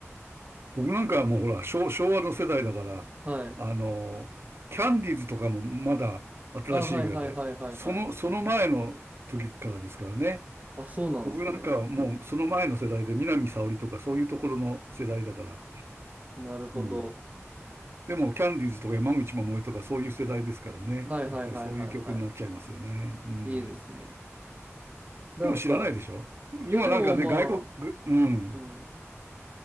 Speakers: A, on the right; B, on the right.
A: 僕なんかはもうほら、昭、昭和の世代だから、
B: はい。
A: あの、キャンディーズとかもまだ新しいぐらいで、
B: あ、はいはいはいはいはい。
A: その、その前の時からですからね。
B: あ、そうなんですね。
A: 僕なんかはもうその前の世代で、南沙織とかそういうところの世代だから。
B: なるほど。
A: うん。でも、キャンディーズとか山口百恵とかそういう世代ですからね。
B: はいはいはいはいは
A: やっぱりそういう曲になっちゃいますよね。うん。
B: い。いいですね。なんか、
A: でも知らないでしょ今なんかね、
B: いやでもま
A: 外国、うん。
B: あ、うん、